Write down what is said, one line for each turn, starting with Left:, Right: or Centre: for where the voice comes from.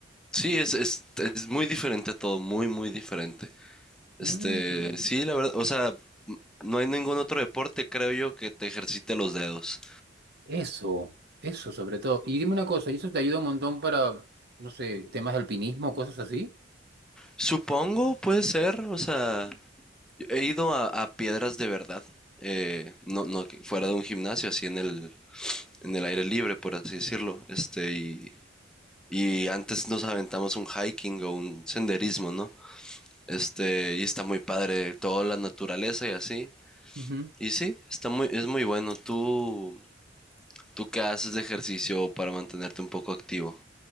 Centre: Sí, es, es, es muy diferente a todo, muy, muy diferente. Este,
Right: Mm.
Centre: sí, la verdad, o sea, n- no hay ningún otro deporte, creo yo, que te ejercite los dedos.
Right: Eso, eso sobre todo. Y dime una cosa, ¿y eso te ayuda un montón para, no sé, temas de alpinismo, cosas así?
Centre: Supongo, puede ser, o sea, he ido a, a piedras de verdad, eh, no, no que- fuera de un gimnasio, así en el, en el aire libre, por así decirlo, este, y, y antes nos aventamos un hiking o un senderismo, ¿no? Este, y está muy padre, toda la naturaleza y así,
Right: Ujú.
Centre: y sí, está muy, es muy bueno, tú, ¿Tú qué haces de ejercicio para mantenerte un poco activo?